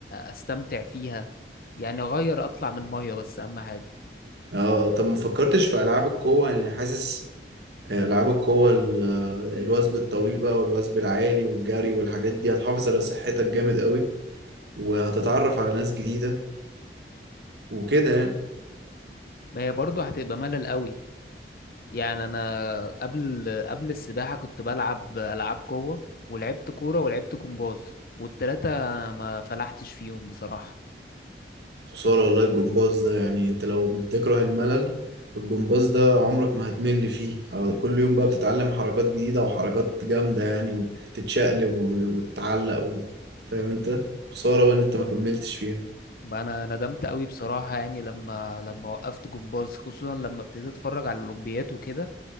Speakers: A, on the left; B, on the right.
A: استمتع فيها يعني اغير اطلع من المية بس اهم حاجة
B: اه اه طب ما فكرتش في العاب القوة يعني حاسس آه، العاب القوة ال- آه، الوثب الطويل بقى والوثب العالي والجري والحاجات دي هتحافظ على صحتك جامد قوي وهتتعرف على ناس جديدة وكده يعني
A: ما هي برضو هتبقى ملل قوي يعني انا قبل قبل السباحة كنت بلعب العاب قوة ولعبت كورة ولعبت جمباز والتلاتة ما فلحتش فيهم بصراحة
B: خسارة والله الجمباز ده يعني انت لو بتكره الملل الجمباز ده عمرك ما هتمل فيه على- كل يوم بقى بتتعلم حركات جديدة وحركات جامدة يعني وتتشقلب و- وتتعلق و... فاهم انت خسارة بقى ان انت ما كملتش فيها
A: ما انا ندمت قوي بصراحة يعني لما لما وقفت جمباز خصوصا لما ابتديت اتفرج على الاولمبيات وكده